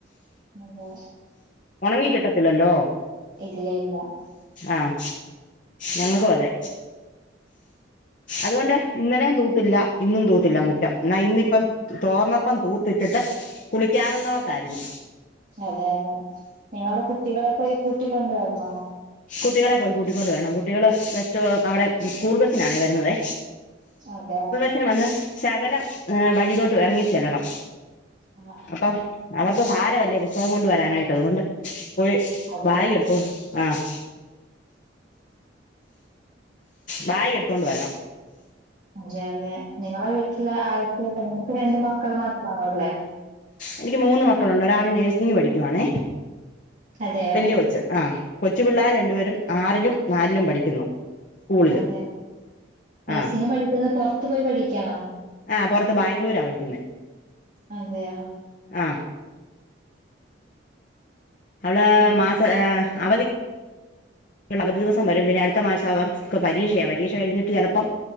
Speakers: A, on the right; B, on the left.
A: അതാ
B: ഒണങ്ങി കിട്ടത്തില്ലല്ലോ
A: ഇല്ല ഇല്ല
B: ആഹ് ഞങ്ങക്കുവതെ
A: ഉം
B: അതുകൊണ്ട് ഇന്നലേം തൂത്തില്ല ഇന്നും തൂത്തില്ല മുറ്റം എന്നാ ഇന്നിപ്പം തോർന്നപ്പം തൂത്തിട്ടിട്ട് കുളിക്കാവന്നോർത്താരുന്നു
A: അതെഅതെ നിങ്ങള് കുട്ടികളെ പോയി കൂട്ടിക്കൊണ്ടുവരണോ
B: കുട്ടികളെ പോയി കൂട്ടിക്കൊണ്ട് വരണം കുട്ടികള് ബസ്റ്റോ അവിടെ സ്കൂൾ ബസ്സിനാണേ വരുന്നതേ
A: അതാ
B: സ്സ്ന് വന്ന് ശകലം വഴിയിലോട്ട് എറങ്ങി ചെല്ലണം.
A: ആഹ് ആഹ്
B: അപ്പം
A: ആഹ്
B: അവർക്ക് ഭാരവല്ലേ പുസ്തകം കൊണ്ട് വരാനായിട്ട് അതുകൊണ്ട് പോയി
A: അതെ
B: ബാഗെടുത്തോൺ ആഹ് ബായ് എട്ത്തോണ്ട് വരണം
A: അതെ അതെ നിങ്ങളെ വീട്ടില് ആരെക്കെള്ളെ നിങ്ങക്ക് രണ്ട് മക്കള് മാത്രാണൊള്ളെ
B: എനിക്ക് മൂന്ന് മക്കളുണ്ട് ഒരാള് നേഴ്സിംഗ് പഠിക്കുവാണേ
A: അതെയോ?
B: വല്ല്യ കൊച്ച് ആഹ് കൊച്ചു പിള്ളാർ രണ്ടുപേരും ആറിലും നാൽലും പഠിക്കുന്നു സ്കൂളില്
A: അതെ നേഴ്സിങ്
B: ആ
A: പഠിക്ക്ന്ന പൊറ്ത്ത് പോയി പഠിക്കാണൊ
B: ആഹ് പുറത്ത് ബാംഗ്ലൂരാ പഠിക്കുന്നെ
A: അതെയാ
B: ആഹ് അവളാ
A: പിന്നെ
B: മാസ ഏഹ് അവധി അവധി ദിവസം വരും പിന്ന അടുത്ത മാസം അവർക്ക് പരീക്ഷയ പരീക്ഷ കഴിഞ്ഞിട്ട് ചെലപ്പം